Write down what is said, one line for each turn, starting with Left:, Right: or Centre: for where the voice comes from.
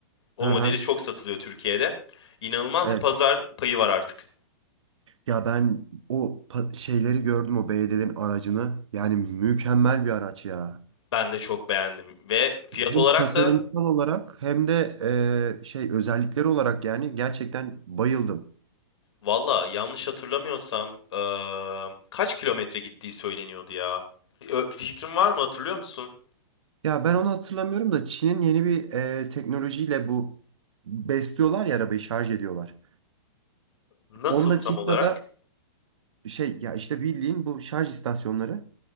Left: O
Right: Aha.
Left: modeli çok satılıyor Türkiye'de. İnanılmaz
Right: Evet.
Left: bir pazar payı var artık.
Right: Ya ben o pa- şeyleri gördüm o belediyenin aracını. Yani mükemmel bir araç ya.
Left: Ben de çok beğendim. Ve fiyat
Right: Hem
Left: olarak
Right: tasarımsal
Left: da
Right: olarak hem de e, şey özellikleri olarak yani gerçekten bayıldım.
Left: valla yanlış hatırlamıyorsam e, kaç kilometre gittiği söyleniyordu ya. Ö- Bir fikrin var mı hatırlıyor musun?
Right: Ya ben onu hatırlamıyorum da Çin'in yeni bir e, teknolojiyle bu besliyorlar ya arabayı şarj ediyorlar.
Left: Nasıl
Right: 10 dakikada
Left: tam olarak?
Right: şey ya işte bildiğin bu şarj istasyonları.